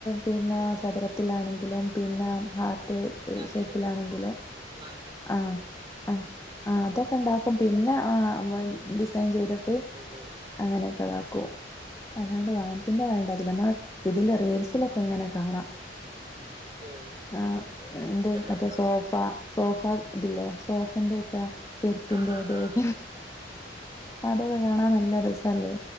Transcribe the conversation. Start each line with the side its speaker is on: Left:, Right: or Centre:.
Left: പിന്നാ
Right: ആഹ്
Left: ചതുരത്തിലാണെങ്കിലും പിന്നെ ഹാർട്ട്
Right: അതെരു
Left: ഷേപ്പിലാണെങ്കിലും
Right: മാ
Left: ആഹ് ആഹ് അതൊക്കെണ്ടാക്കും പിന്നെ ആഹ് ഡിസൈൻ ചെയ്തിട്ട്
Right: ഉം ഉം
Left: അങ്ങനെയൊക്കെ താകൊ അല്ലാണ്ട് വാനത്തിന്റെ കണ്ടാക്കില നമ്മള് ഇതില് റീൽസിലൊക്കെ ഇങ്ങനെ കാണാ
Right: ഉം
Left: ആഹ് എന്ത് മറ്റേ
Right: ആഹ് ആഹ്
Left: സോഫ സോഫ ഇതില്ലേ സോഫന്റെക്കെ ചെരിപ്പിന്റെ
Right: ആഹ് ആഹ്
Left: ബേഗ
Right: ആഹ്
Left: അതൊക്കെ കാണാൻ നല്ലരസല്ലേ